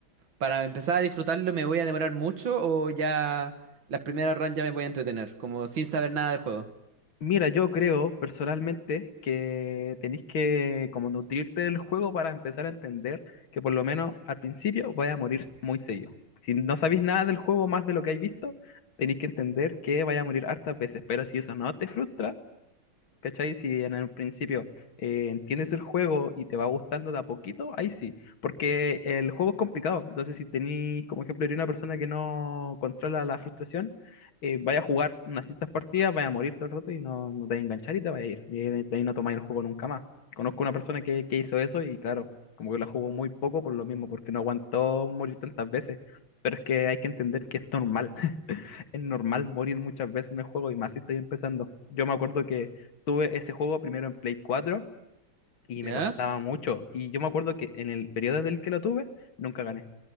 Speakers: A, on the right; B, on the left.
A: para empezar a disfrutarlo, ¿me voy a demorar mucho o ya las primeras runs ya me voy a entretener? Como sin saber nada del juego.
B: Mira, yo creo personalmente que tenéis que como nutrirte del juego para empezar a entender que por lo menos al principio vais a morir muy seguido. Si no sabéis nada del juego más de lo que habéis visto, tenéis que entender que vais a morir hartas veces, pero si eso no te frustra, ¿Cachai? Si en el principio eh, entiendes el juego y te va gustando de a poquito, ahí sí, porque el juego es complicado. Entonces, si tenéis, como ejemplo, eres una persona que no controla la frustración, eh, vaya a jugar unas ciertas partidas, vaya a morir todo el rato y no, no te va a enganchar y te vaya a ir. Y de de ahí no tomáis el juego nunca más. Conozco una persona que, que hizo eso y claro, como que la jugó muy poco por lo mismo, porque no aguantó morir tantas veces. Pero es que hay que entender que es normal es normal morir muchas veces en el juego y más si estoy empezando. Yo me acuerdo que tuve ese juego primero en Play 4 y
A: ¿Ya?
B: me costaba mucho. Y yo me acuerdo que en el periodo del que lo tuve, nunca gané.